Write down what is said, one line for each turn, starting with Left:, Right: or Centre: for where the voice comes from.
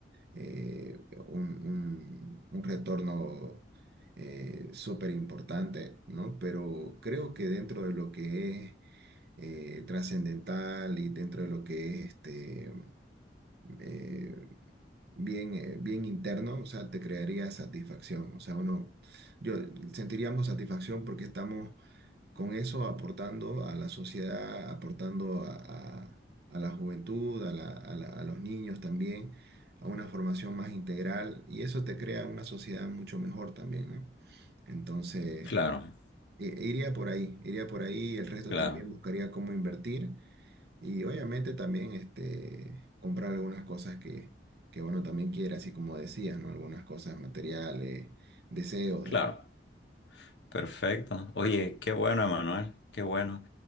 Right: eh, un, un- un retorno súper importante, ¿no? Pero creo que dentro de lo que es eh, trascendental y dentro de lo que es este, eh, bien, eh, bien interno, o sea, te crearía satisfacción, o sea, uno, yo sentiríamos satisfacción porque estamos con eso aportando a la sociedad, aportando a, a- a la juventud, a, la- a la- a los niños también, a una formación más integral y eso te crea una sociedad mucho mejor también, ¿no? Entonces,
Left: claro,
Right: i- iría por ahí, iría por ahí, el resto
Left: claro,
Right: también buscaría cómo invertir y obviamente también este, comprar algunas cosas que, que uno también quiere, así como decías, ¿no? Algunas cosas materiales, deseos,
Left: claro.
Right: digamos.
Left: Perfecto. Oye, qué bueno, Emanuel, qué bueno.